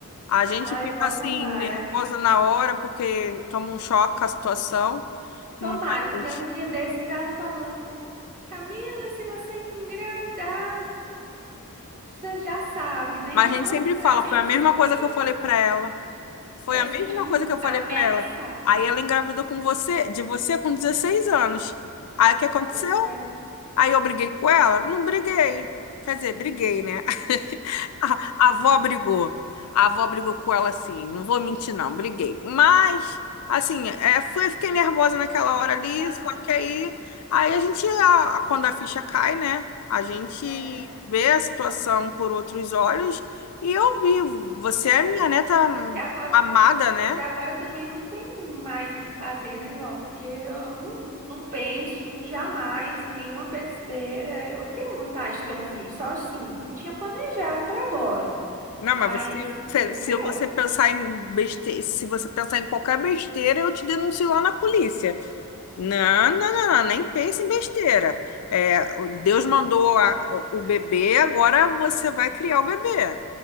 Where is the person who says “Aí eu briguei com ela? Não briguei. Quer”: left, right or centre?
Left